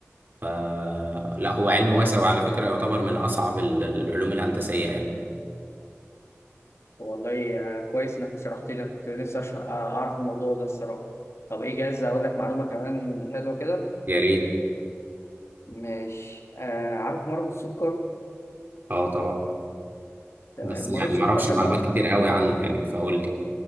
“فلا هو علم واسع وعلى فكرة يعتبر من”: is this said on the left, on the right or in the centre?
Right